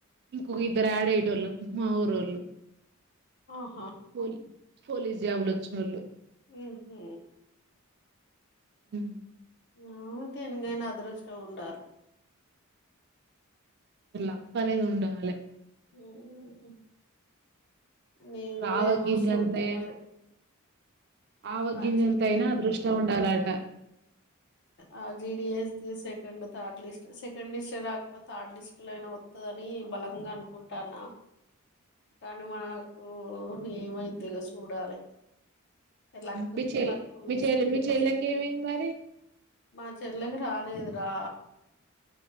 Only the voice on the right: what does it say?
ఇంకొక ఇద్దరు యాడ్ అయ్యేటోళ్ళు మా ఊరోళ్ళు
పోలీ పోలీస్ జాబ్లు వచ్చినోలు
మ్
లక్క్ అనేది ఉండాలే
ఆవగింజంత
ఆవగింజంతైన
అదృష్టం ఉండాలి తాలాట
మీ చెల్లి
మీ
చెల్లి
మీ చెల్లెకి
ఏమైంది మరి